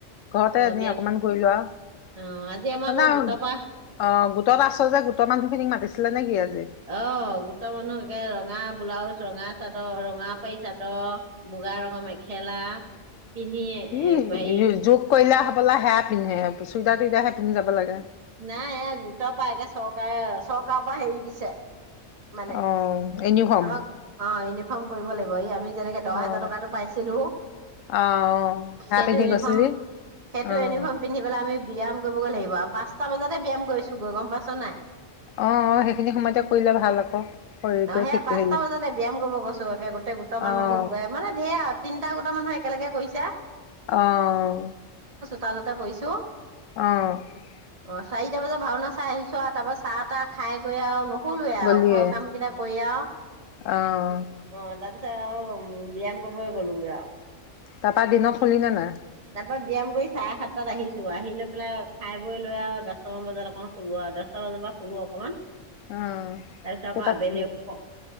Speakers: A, on the left; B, on the right.
A: ঘৰতে
B: অ
A: এনে
B: ব্যায়াম
A: অকমান ঘূৰি লোৱা
B: অ আজি আমাৰ
A: মানে
B: আকৌ গোটৰ পৰা
A: অ গোটত আছ যে গোটৰ মানুহখিনিক মাতিছিলে নেকি আজি?
B: অ গোটৰ মানুহ একে ৰঙা ব্লাউজ, ৰঙা চাদৰ ৰঙা পাৰী চাদৰ, মুগা ৰঙৰ মেখেলা। পিন্ধি এ
A: উ
B: হেৰি
A: জখ কলা হব পলাে পিন্ধে চুইটাৰটুইাৰে পিন্ধ যাব লাগে
B: নাই এই গোটৰ পৰা একে চৰকাৰে চৰকাৰৰ পৰা হেৰি দিছে মানে
A: অ', ইউনিফৰ্ম
B: আ অনে খম কৰিব লাগিব এই আমি যেনেকে দহ
A: অ',
B: হোজাৰ টকাটো পাইছিলো
A: অ', অ', সেয়া
B: সেইটো
A: পিন্ধি
B: ইউনিফৰ্ম
A: গৈছিলি
B: সেইটো
A: অ',
B: ইউনিফৰ্ম পিন্ধি পেলাই আমি ব্যায়াম কৰিবগৈ লাগিব, পাঁচটা বজাতে ব্যায়াম কৰিছো গৈ গম পাইছ নাই।
A: অ', অ', সেইখিনি সময়তে কৰিলে ভাল আকৌ শৰীৰটো
B: অ' সেয়া
A: ঠিক
B: পাঁচটা
A: হেৰি
B: বজাতে ব্যাম কৰিব গৈছো, একে গোটেই গোটৰ মানুহবোৰ
A: অ',
B: গ মানে ধেৰ আৰু তিনিটা গোটা মানুহ একেলগে কৰিছা,
A: অ'
B: তালতে কৰিছো।
A: অ'
B: অ' চাৰিটা বজাত ভাওনা চাই আহিছো, আৰু তাৰ পৰা চাহ তাহ খাই কৰি আৰু নুশুলোৱে আৰু,
A: গলিয়ে
B: ঘৰৰ কাম কেইটা কৰি আৰু
A: অ',
B: অ তাৰপিছত আৰু উম ব্যাম কৰিব গ'লো গৈ অৰু,
A: তাৰ পা দিনত শুলিনে নাই?
B: এবাৰ ব্যায়াম কৰি চাৰে সাতটাত আহিছো, আহি লৈ পেলাই খাই লৈ আৰু দহটামান বজাত অকণ শুলো আৰু দহটা বজাৰ পৰা শুলো অকণমান। তাৰপিছত
A: অ',
B: আকৌ
A: কেইটাত
B: আবেলি
A: উঠিলি
B: উ